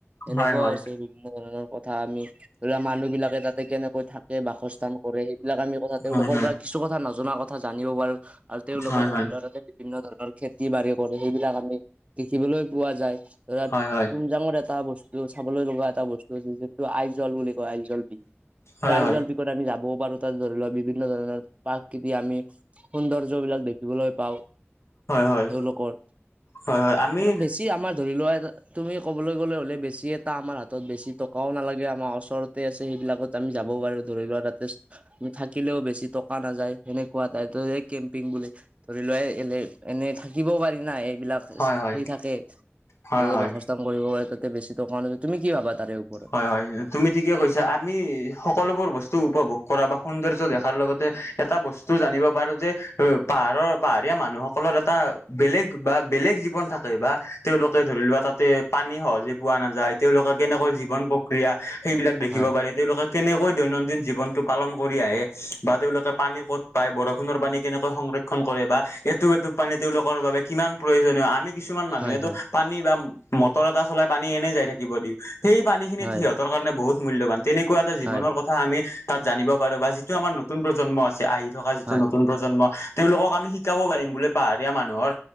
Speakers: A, on the right; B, on the left.
A: এনেকুৱাওঁ
B: হয় হয়
A: আছে বিভিন্ন ধৰণৰ কথা আমি ধৰি লোৱা মানুহ বিলাকে তাতে কেনেকৈ এ বাসস্থান কৰে সেইবিলাক আমি কথা তেওঁলোকৰ
B: হয় হয়
A: পৰা কিছু কথা নজনা কথা জানিব পাৰো আৰু তেওঁলোকে
B: হয়
A: ধৰি লোৱা তাতে বিভিন্ন ধৰণৰ খেতি বাৰী কৰে সেইবিলাক আমি দেখিবলৈ পোৱা যায় ধৰা
B: হয় হয় হয়
A: তুমজাঙৰ এটা বচ টো চাবলৈ লগা এটা বস্তু আছে যিটো আইজল বুলি কয় আইজল পিক।
B: হয় হয়
A: ত' আইজল
B: হয় হয়
A: পিকত আমি যাবও পাৰো তাত ধৰি লোৱা বিভিন্ন ধৰণৰ পাক কিবি আমি সৌন্দৰ্য বিলাক দেখিবলৈ পাওঁ
B: হয়
A: তেওঁলোকৰ
B: হয় হয় আমি
A: আৰু বেছি আমাৰ ধৰি লোৱা এটা তুমি ক'বলৈ গ'লে হ'লে বেছি এটা আমাৰ হাতত বেছি টকাও নালাগে আমাৰ অচৰতে আছে সেইবিলাকত তে আমি যাব পাৰো ধৰি লোৱা তাতে উম, থাকিলেও বেছি টকা নাযায় সেনেকুৱা তাই <unintelligible> কেম্পিং বুলি ধৰি লোৱা এ এলে এনে থাকিবও পাৰি না এইবিলাক
B: হয়
A: <unintelligible>
B: হয়
A: সেই থাকে
B: হয়
A: তাতে
B: হয়
A: বাসস্থান কৰিব পাৰে তাতে বেছি টকাও নাযায় তুমি কি ভাবা তাৰে ওপৰত?
B: হয় হয় তুমি ঠিকে কৈছা আমি সকলোবোৰ বস্তু উপভোগ কৰা বা সৌন্দৰ্য দেখাৰ লগতে এটা বস্তু জানিব পাৰো যে পাহাৰৰ পাহাৰীয়া মানুহসকলৰ এটা বেলেগ বা বেলেগ জীৱন থাক বা তেওঁলোকে ধৰি লোৱা তাতে পানী সহজে পোৱা নাযায় তেওঁলোকে কেনেকৈ জীবন প্ৰক্ৰিয়া সেইবিলাক দেখিব
A: হয়
B: পাৰি তেওঁলোকে কেনেকৈ দৈনন্দিন জীৱনটো পালন কৰি আহে বা তেওঁলোকে পানী ক'ত পায় বৰষুণৰ পানী কেনেকৈ সংৰ ক্ষন কৰে বা এটোপ- এটোপ পানী তেওঁলোকৰ বাবে কিমান প্ৰয়োজনীয় আমি কিছুমান মানুহেটো
A: হয় হয়
B: পানী বা মটৰ এটা চলাই পানী এনেই যাই থাকিব দিওঁ সেই পানী খিনিত
A: হয়
B: সিহঁতৰ কাৰণে বহু মূল্যাবান তেনেকোৱা এটা জীৱনৰ
A: হয়
B: কথ কথা আমি তাত জানিব পাৰো বা যিটো আমাৰ নতুন প্ৰজন্ম আছে আহি থকা যিটো
A: হয়
B: নতুন প্ৰজন্ম তেওঁলোকক আমি শিকাব পাৰিম বোলে পাহাৰীয়া মানুহৰ